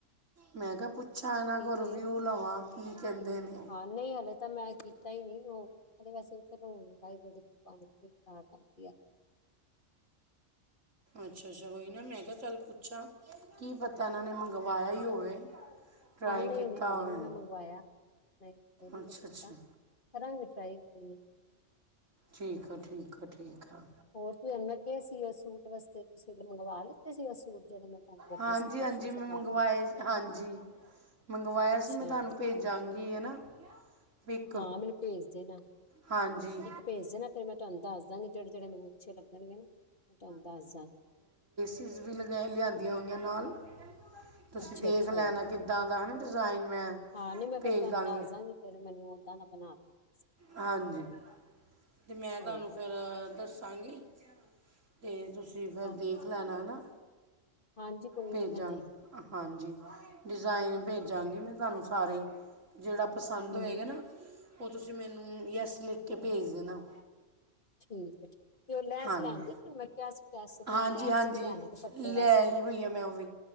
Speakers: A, on the right; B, on the left.
A: ਮੈਂ ਕਿਹਾ ਪੁੱਛਾਂ ਇਹਨਾਂ ਕੋਲ ਰਿਵਿਊ
B: ਹੀ ਹੈ
A: ਲਵਾਂ ਕੀ ਕਹਿੰਦੇ ਨੇ
B: ਹਾਂ ਨਹੀ ਹਲੇ ਤਾਂ ਮੈਂ ਕੀਤਾ ਹੀ ਨਹੀ ਉਹ- ਵੈਸੇ ਚਲੋ ਵਾਈ ਪਾਣੀ ਦੀ ਖਰਾਬ ਕਰਦੀ ਹੈ।
A: ਅਛ- ਅਛਾ ਉਹੀ ਨਾ, ਮੈ ਕਿਹਾ ਚੱਲ ਪੁੱਛਾਂ ਕੀ ਪਤਾ ਇਹਨਾਂ ਨੇ ਮੰਗਵਾਇਆ ਹੀ ਹੋਵੇ- ਟਰਾਈ
B: ਹਾਂ ਨਹੀ
A: ਕੀਤਾ
B: ਨਹੀ ਹਜੇ
A: ਹੋਵੇ
B: ਨਹੀ ਮੈ ਮੰਗਵਾਇਆ, ਨਹੀ ਹਜੇ ਨਹੀ
A: ਅੱਛਾ
B: ਮੈਂ ਕੀਤਾ
A: ਅੱਛਾ
B: ਕਰਾਗੀ ਟਾਈ- <unintelligible>
A: ਠੀਕ ਆ ਠੀਕ ਆ ਠੀਕ ਆ-
B: ਹੋਰ ਤੂੰਂ ਮੈ ਕਿਹਾ ਸੀ ਉਹ ਸੂਟ ਵਾਸਤੇ ਤੁਸੀ ਮੰਗਵਾ ਲਿੱਤੇ ਸੀ ਉਹ ਸੂਟ ਜਿਹੜੇ ਮੈ ਤੁਹਾਨੂੰ ਬੋਲੇ
A: ਹਾਂਜੀ
B: ਸੀ। ਫਰਸ਼ੀ
A: ਹਾਂਜੀ
B: ਸਲਵਾਰ
A: ਮੈਂ ਮੰਗਵਾਏ
B: ਵਾਲਾ
A: ਹਾਂਜੀ ਮੰਗਵਾਇਆ
B: ਅੱਛਾ
A: ਸੀ ਮੈਂ ਤੁਹਾਨੂੰ ਜੰਗੀਅ ਨਾ- ਪਿਕ
B: ਹਾਂ ਮੈਨੂੰ ਭੇਜ ਦੇਣਾ-
A: ਹਾਂਜੀ-
B: ਇੱਕ ਭੇਜ ਦੇ ਨਾ ਫਿਰ ਮੈਂ ਤੁਹਾਨੂੰ ਦੱਸ ਦਵਾਂਗੀ ਜਿਹੜੇ-ਜਿਹੜੇ ਮੈਨੂੰ ਅਛੇ ਲੱਗਣਗੇ ਨਾ ਮੈਂ ਤੁਹਾਨੂੰ ਦੱਸ ਦਵਾਂਗੀ।
A: ਚੀਜ਼ ਵੀ ਲਗ ਲਿਆਦੀਆਂ ਹੋਈਆਂ ਨਾਲ, ਤੁਸੀਂ
B: ਅੱਛਾ-ਅੱਛਾ,
A: ਦੇਖ ਲੈਣਾ। ਕਿੱਦਾਂ ਦਾ ਹੈ ਨਾ ਡਿਜ਼ਾਇਨ ਮੈਂ।
B: ਹਾਂ, ਨਹੀਂ ਮੈਂ ਫੇਰ
A: ਭੇਜ
B: ਤੁਹਾਨੂੰ
A: ਦਾਂਗੀ
B: ਦੱਸਦਾਂਗੀ ਫਿਰ ਮੈਨੂੰ ਓਦਾਂ ਦਾ ਬਣਾ ਦੇਣਾ। ਤੁਸੀਂ।
A: ਹਾਂਜੀ, ਤੇ ਮੈਂ
B: ਹਾਂਜੀ,
A: ਤੁਹਾਨੂੰ ਫਿਰ ਦੱਸਾਂਗੀ। ਅਤੇ ਤੁਸੀਂ ਫਿਰ
B: ਹਾਂ,
A: ਦੇਖ ਲੈਣਾ ਨਾ,
B: ਹਾਂਜੀ ਕੋਈ
A: ਭੇਜਾਂ।
B: ਨੀ ਮੈਂ ਦੇਖ
A: ਹਾਂਜੀ, ਡਿਜ਼ਾਇਨ ਭੇਜਾਂਗੀ ਮੈਂ ਤੁਹਾਨੂੰ ਸਾਰੇ। ਜਿਹੜਾ ਪਸੰਦ
B: ਹੂੰ,
A: ਹੋਏਗਾ ਨਾ ਉਹ ਤੁਸੀ ਮੈਨੂੰ ਯੈਸ ਲਿਖ ਕੇ ਭੇਜ ਦੇਣਾ
B: ਠੀਕ ਹੈ। ਠੀਕ- ਤੇ ਉਹ ਲੈਸ
A: ਹਾਂਜੀ
B: ਲੈਣਂਦੀ ਤੁਹਾਨੂੰ ਮੈ ਕਿਆਸੀ- ਕਿਆਸੀ
A: ਹਾਂਜੀ
B: ਲੈਸ
A: ਹਾਂਜੀ
B: ਵੀ ਲੈਣਾ ਦੁਪੱਟੇ
A: ਲੈ
B: ਵਾਸਤੇ
A: ਆਈ ਹੋਈ ਆ ਮੈਂ ਉਹ ਵੀ